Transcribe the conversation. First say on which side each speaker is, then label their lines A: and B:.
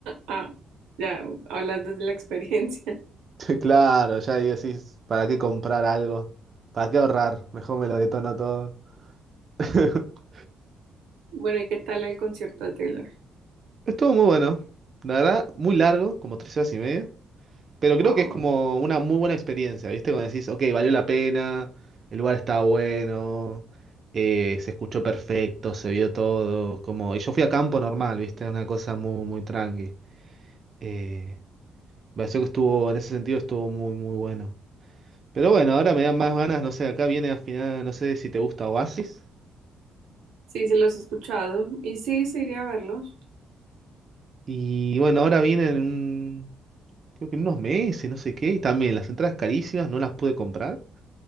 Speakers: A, on the right (about 85°); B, on the right (about 45°).
A: Ah, ya hablas desde la experiencia. <laughs>
B: Claro, ya ahí decís, ¿para qué comprar algo? ¿Para qué ahorrar? Mejor me lo detono todo. <laughs>
A: Bueno, ¿y qué tal el concierto de Taylor?
B: Estuvo muy bueno. La verdad, muy largo, como tres horas y media. Pero creo
A: Wow.
B: que es como una muy buena experiencia, ¿viste? Cuando decís, ok, valió la pena, el lugar estaba bueno, eh, se escuchó perfecto, se vio todo. Como... Y yo fui a campo normal, ¿viste? Una cosa muy, muy tranqui. Eh, me pareció que estuvo, en ese sentido, estuvo muy, muy bueno. Pero bueno, ahora me dan más ganas, no sé, acá viene al final, no sé si te gusta Oasis.
A: Sí, se los he escuchado y sí, sí iría a verlos.
B: Y bueno, ahora viene un creo que en unos meses, no sé qué, y también las entradas carísimas, no las pude comprar,